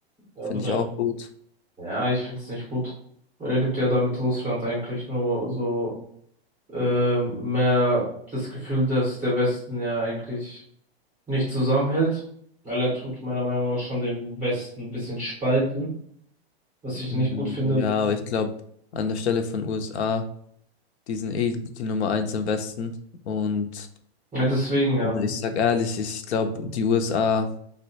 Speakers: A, in the centre; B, on the left (about 85°).
A: aber
B: finde
A: dann
B: ich auch gut.
A: Ja, ich find's nicht gut. Weil er gibt ja damit Russland eigentlich nur so ähm, mehr das Gefühl, dass der Westen ja eigentlich nicht zusammenhält. Weil er tut meiner Meinung nach schon den Westen ein bisschen spalten, was ich
B: Mm,
A: nicht gut finde.
B: Ja, aber ich glaube, an der Stelle von USA, die sind eh die Nummer eins im Westen. Und
A: Ja, deswegen ja.
B: also ich sag ehrlich, ich glaube, die USA